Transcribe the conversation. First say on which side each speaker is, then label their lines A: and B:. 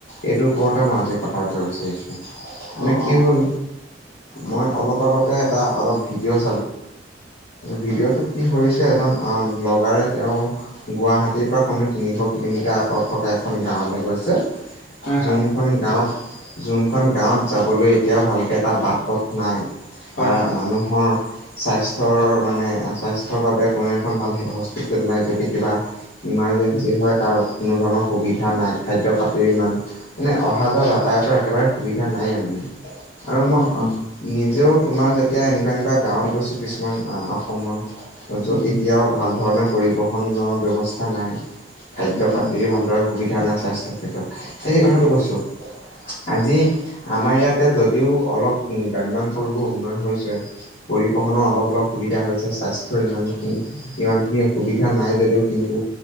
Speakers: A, on the left; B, on the left.
A: এইটোৰ ওপৰতে মই আজি কথা পাতিব বিচাৰিছোঁ। মানে
B: অ
A: কি
B: অ
A: হল, মই অলপ আগতে এটা অলপ ভিডিঅ' ভিডিঅ'টোত কি হৈছে এজন ব্লগাৰে তেওঁ গুৱাহাটীৰ পৰা কমে তিনিশ কিলোমিটাৰ আঁতৰত থকা এখন গাঁৱলৈ গৈছে।
B: হয় হয়
A: যোনখন গাঁৱত যোনখন গাঁৱত যাবলৈ এতিয়াও ভালকে এটা বাট পথ নাই
B: হয়
A: তাৰ
B: হয়
A: মানুহৰ স্বাস্থ্যৰ মানে স্বাস্থ্যৰ বাবে কোনো এখন ভাল হস্পিটেল নাই। যদি কিবা ইমাজেঞ্চি
B: উম
A: হয় তাৰ কোনো ধৰণৰ সুবিধা নাই। খাদ্য পাতিৰ ইমান মানে অহা যোৱা যাতায়তৰ একেবাৰে সুবিধা নাইয়ে মানে আৰু মই
B: উম
A: অ
B: উম
A: নিজেও তোমাৰ যেতিয়া এনেকুৱা এনেকুৱা গাঁৱত গৈছোঁ কিছুমান অসমৰ য'ত
B: উম
A: এতিয়াও ভাল ধৰণে পৰিবহণৰ ব্যৱস্থা নাই খাদ্য
B: উম
A: পাতি ভালদৰে সুবিধা নাই স্বাস্থ্যৰ ক্ষেত্ৰত। সেই কথাটো কৈছো। আজি আমাৰ ইয়াতে যদিও অলপ উ গ্ৰাম্যাঞ্চল বোৰ উন্নয়ন হৈছে। পৰিবহনৰৰ অলপ অলপ সুবিধা হৈছে স্বাস্থ্যৰ ইমানখিনি সিমান খিনি অসুবিধা নাই যদিও কিন্তু